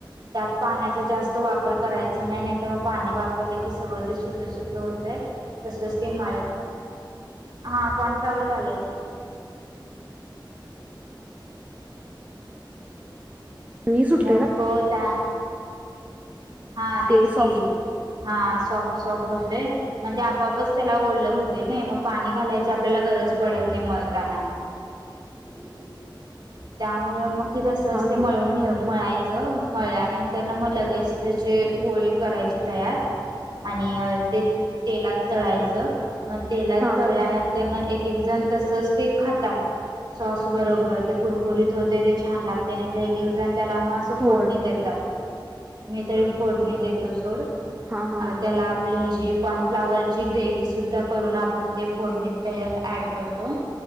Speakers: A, on the right; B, on the right.
A: त्यात पाण्याचा जास्त वापर करायचा नाही, नाही तर मग पाणी वापरलं की सगळं ते सुटं सुटं होतंय. तसंच ते मळा य हा कॉर्नफ्लॉवर घालायच की.
B: मी सुटते
A: मग
B: ना
A: ग त्या हा तेच
B: ते सॉफ्ट
A: की हा सॉफ्ट सॉफ्ट होते. मण ते आपापच त्याला ओलं होतय ना मग पाणी घालायची आपल्याला गरज पडत नाही मळताना.
B: हम्.
A: त्यामुळेळ मग की तसच ते
B: हा
A: मळवून ठेव मळायचं मळल्यानंतर ना मग लगेच त्याचे गोळे करायचे तयार. आणि ते तेलात तळायचं मग तेलात
B: हा
A: तळल्यानंतर ना एक एक जण तसच ते खातात सॉस बरोबर. ते कुरकुरीत होते ते छान लागते नाही, तर एक एक जण त्याला आ म असं
B: होय
A: फोडणी देतात मी तरी फोडणी देतो सोड.
B: हा हा
A: अ त्याला आपली कॉर्नफ्लावर ची ग्रेव सुद्धा करून आपण ते फोडणी त्याच्यात ऍड करतो.